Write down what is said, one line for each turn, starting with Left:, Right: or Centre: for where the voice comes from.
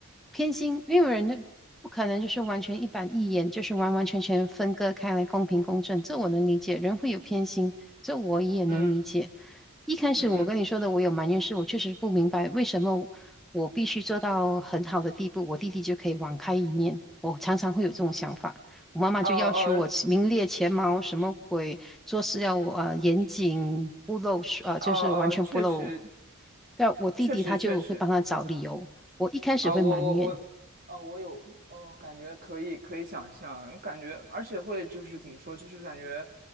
Centre: 偏心，因为人就不可能就是完全一板一眼，就是完完全全分割开来，公平公正，这我能理解。人会有偏心，这我也能理解。
Right: 嗯
Centre: 一开始我跟你说的，
Right: 嗯嗯，
Centre: 我有埋怨是，我确实不明白为什么我必须做到很好的地步，我弟弟就可以网开一面。我常常会有这种想法。我妈妈就要求我起名列前茅，
Right: 哦哦
Centre: 什么鬼，做事要呃严谨，不漏呃就是完全不漏。
Right: 哦哦，确实
Centre: 但我弟弟他就会帮他找理由，
Right: 确实确实，
Centre: 我一开始会埋怨，
Right: 啊，我我我，啊，我有，哦，感觉可以可以想象，感觉而且会就是怎么说，就是感觉，